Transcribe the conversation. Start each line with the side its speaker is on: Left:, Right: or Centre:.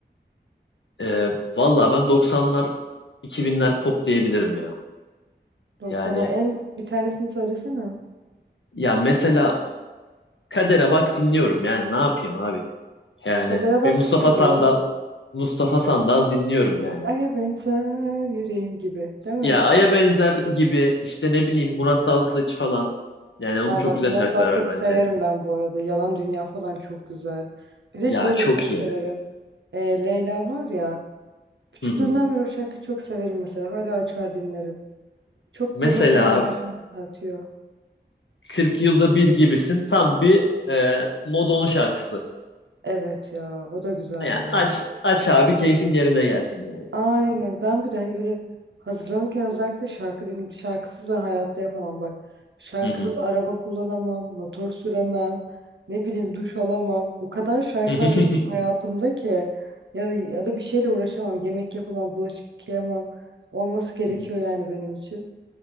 Left: E, valla ben 90'lar 2000'ler pop diyebilirim ya.
Right: 90'lar
Left: Yani
Right: en bir tanesini söylesene.
Left: ya mesela Kader'e bak dinliyorum yani ne yapayım abi. Yani
Right: Kadere bak
Left: bir Mustafa
Right: nasıldı
Left: Sandal
Right: ya?
Left: Mustafa Sandal dinliyorum yani.
Right: Aya benzer yüreğim gibi, değil mi?
Left: Ya Ay'a benzer gibi işte ne bileyim Murat Dalkılıç falan. Yani onun
Right: Aa
Left: çok
Right: bak
Left: güzel
Right: Murat
Left: şarkıları
Right: Dalkılıç'ı
Left: var
Right: severim
Left: bence.
Right: ben bu arada. Yalan Dünya falan çok güzel. Bir de
Left: Ya
Right: şeyi
Left: çok
Right: de çok severim.
Left: iyi.
Right: Ee, Leyla var ya. Küçüklüğümden
Left: Hı hı.
Right: beri o şarkıyı çok severim mesela. Hala açar dinlerim. Çok
Left: Mesela
Right: böyle benim enerjimi yükseltiyor.
Left: 40 yılda bir gibisin tam bir e, Modon şarkısı.
Right: Evet ya, o da güzel
Left: Yani
Right: bayağı.
Left: aç aç abi keyfin yerine gelsin yani.
Right: Aynen. Ben bir de hani böyle hazırlanırken özellikle şarkı dinleyip şarkısız ben hayatta yapamam bak. Şarkısız
Left: Hı hı.
Right: araba kullanamam, motor süremem, ne bileyim duş alamam. O kadar şarkılar
Left: <laughs>
Right: benim için hayatımda ki ya da, ya da bir şeyle uğraşamam, yemek yapamam, bulaşık yıkayamam. Olması gerekiyor
Left: Hı hı.
Right: yani benim için.